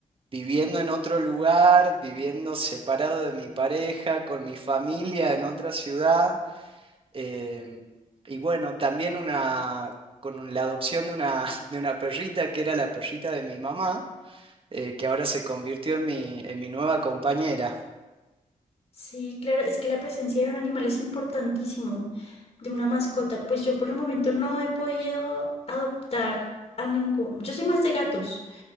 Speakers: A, on the right; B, on the left.
A: viviendo en otro lugar, viviendo separado de mi pareja, con mi familia en otra ciudad. em, y bueno, también una, con la adopción de una, <laughs> de una perrita que era la perrita de mi mamá, eh, que ahora se convirtió en mi, en mi nueva compañera.
B: Sí, claro, es que la presencia de un animal es importantísimo, de una mascota. Pues yo por el momento no he podido adoptar a ningún. Yo soy más de gatos,